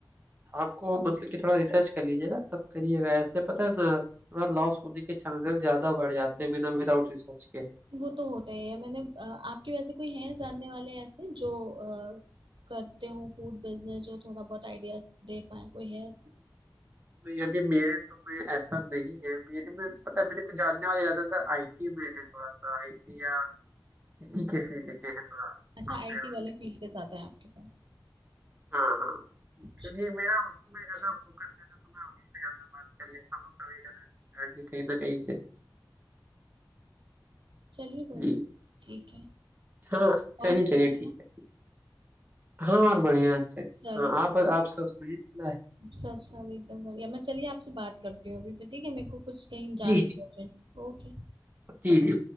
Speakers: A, on the right; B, on the right.
A: आपको मतलब कि थोड़ा रिसर्च कर लीजिएगा तब करिएगा ऐसे पता है ना थोड़ा लॉस होने के चांसेस ज्यादा बढ़ जाते हैं बिना विदाउट रिसर्च के
B: वो तो होता ही है मैंने अ, आपके वैसे कोई हैं जानने वाले ऐसे जो अ, करते हो फूड बिजनेस जो थोड़ा बहुत आइडिया दे पाए कोई है ऐसा
A: नहीं अभी मेरे तो में ऐसा नहीं है मेरे में पता है मेरे को जानने वाले ज्यादातर आईटी में है थोड़ा सा आईटी या इसी के फील्ड के हैं थोड़ा
B: अच्छा
A: सॉफ्टवेयर
B: आईटी
A: वाले
B: वाले फील्ड के साथ है आपके पास
A: हाँ हाँ
B: अच्छा
A: क्योंकि मेरा उसी में ज्यादा फोकस रहता है तो मैं उन्हीं से ज्यादा बात कर लेता हूँ कभी कभी कहीं ना कहीं से
B: चलिए बढ़िया
A: जी
B: ठीक है
A: हाँ
B: और
A: चलिए
B: सब
A: चलिए
B: बढ़िया
A: ठीक है हाँ और बढ़िया अच्छा अच्छा।
B: चलो
A: हाँ आप आप सुनाइए
B: सब सब एकदम बढ़िया मैं चलिए आपसे बात करती हूँ अभी पे ठीक है मेरे को कुछ कहीं जाना
A: जी
B: है urgent। ओके
A: जी जी